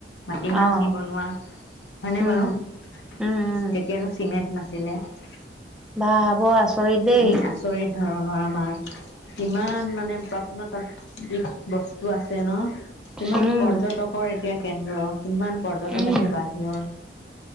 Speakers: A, on the left (about 75°); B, in the centre.
A: মাটিমাহ
B: অ',
A: দি বনোৱা হয়নে
B: উম,
A: বাৰু তেতিয়াতো
B: উম, উম,
A: চিমেণ্ট নাছিলে। ছিলিলে <unintelligible>
B: বাহ বৰ আচৰিত। দেই।
A: উম আচৰিত ধৰণৰ আমাৰ। কিমান মানে প্ৰত্ন তাত্ত্বিক দিশ বস্তু আছে ন কিমান
B: উম,
A: পৰ্যটকৰ এতিয়া কেন্দ্ৰ কিমান পৰ্যটক
B: উম,
A: আহে বাহিৰৰ।